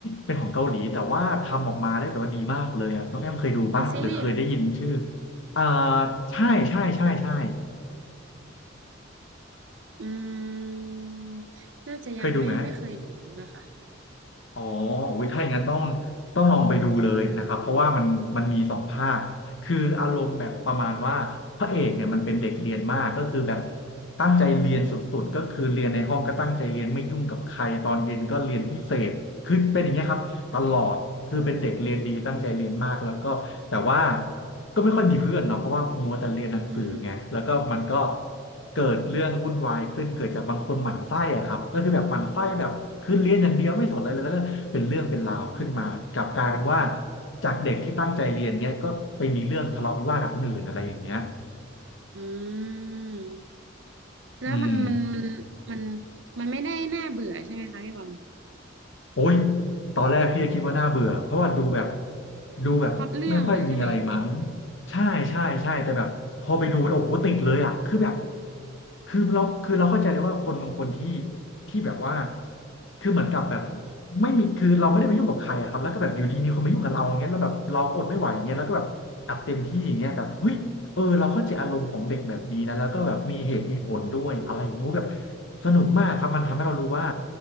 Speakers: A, on the left; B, on the right.
A: เป็นของเกาหลีแต่ว่าทำออกมาได้แบบว่าดีมากเลยอ่ะน้องแอมเคยดูปะหรือเคยได้ยินชื่อ
B: เป็นซีรีส์เหรอคะ
A: อ่าใช่ใช่ใช่ใช่
B: อืม น่าจะยังไม่ไม่เคยดูนะคะ
A: เคยดูไหมอ๋อวิถ้าอย่างนั้นต้องต้องลองไปดูเลยนะครับเพราะว่ามันมันมีสองภาคคืออารมณ์แบบประมาณว่าพระเอกเนี่ยมันเป็นเด็กเรียนมากก็คือแบบตั้งใจเรียนสุดๆก็คือเรียนในห้องก็ตั้งใจเรียนไม่ยุ่งกับใครตอนเย็นก็เรียนพิเศษคือเป็นอย่างเงี้ยครับ ตลอดคือเป็นเด็กเรียนดีตั้งใจเรียนมากแล้วก็แต่ว่าก็ไม่ค่อยมีเพื่อนเนาะเพราะว่ามัวแต่เรียนหนังสือไงแล้วก็มันก็
B: อืม
A: เกิดเรื่องวุ่นวายขึ้นเกิดจากบางคนหมั่นไส้อะครับก็คือแบบหมั่นไส้แบบคือเรียนอย่างเดียวไม่สนอะไรเลยแล้วก็เป็นเรื่องเป็นราวขึ้นมากลับกลายเป็นว่าจากเด็กที่ตั้งใจเรียนเนี้ยก็ไปมีเรื่องทะเลาะวิวาทกับคนอื่นอะไรอย่างเงี้ย
B: อืม แล้วมันมัน
A: อืม
B: มันมันมันไม่ได้น่าเบื่อใช่ไหมคะพี่บอล
A: โอ้ยตอนแรกพี่ก็คิดว่าน่าเบื่อเพราะว่าดูแบบดูแบบไม่ค่อยมีอะไรมั้ง
B: พล็อตเรื่องมันใช่ไหม
A: ใช่ใช่ใช่แต่แบบพอไปดูแล้วโอ้โหติดเลยอ่ะคือแบบคือเราคือเราเข้าใจเลยว่าคนบางคนที่ที่แบบว่าคือเหมือนกับแบบไม่มีคือเราไม่ได้ไปยุ่งกับใครอะครับแล้วก็แบบอยู่ดีมีคนมายุ่งกับเราอย่างเงี้ยแล้วแบบเราอดไม่ไหวอย่างเงี้ยแล้วก็แบบอัดเต็มที่อย่างเงี้ยแบบเฮ้ยเออเราเข้าใจอารมณ์ของเด็กแบบนี้นะแล้วก็แบบมีเหตุมีผลด้วยอะไรอย่างเงี้ยโอ้แบบ
B: อืม
A: สนุกมากครับมันทำให้เรารู้ว่า